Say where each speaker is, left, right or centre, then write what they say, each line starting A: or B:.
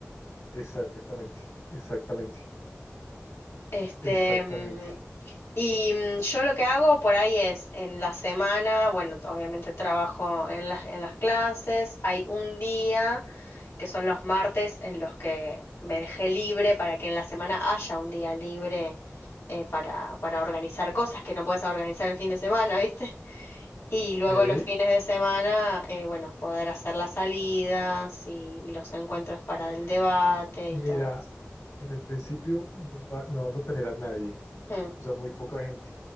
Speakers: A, on the left; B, on the left.
A: exactamente, exactamente,
B: Este,
A: exactamente.
B: mm, Y mm, yo lo que hago por ahí es, en la semana, bueno, obviamente trabajo en las, en las clases, hay un día, que son los martes, en los que me dejé libre para que en la semana haya un día libre eh, para, para organizar cosas que no puedes organizar el fin de semana, <laughs> ¿viste? Y luego
A: ¿Eh?
B: los fines de semana, eh, bueno, poder hacer las salidas y, y los encuentros para el debate
A: Mira,
B: y todo eso.
A: en el principio va- no vas a tener a nadie,
B: Mm,
A: o sea, muy poca gente,